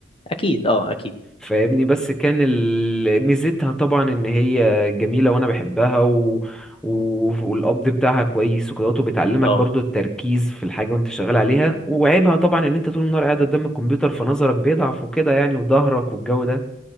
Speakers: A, on the left; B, in the centre.
A: اكيد اه اكيد
B: فاهمني بس كان ال... ميزتها طبعا ان هي جميلة وانا بحبها و... و... والقبض بتاعها كويس وكده وبتعلمك
A: اه
B: برضو التركيز في الحاجة وانت شغال عليها
A: مم.
B: وعيبها طبعا ان انت طول النهار قاعد قدام الكمبيوتر فنظرك بيضعف وكده يعني وظهرك والجو ده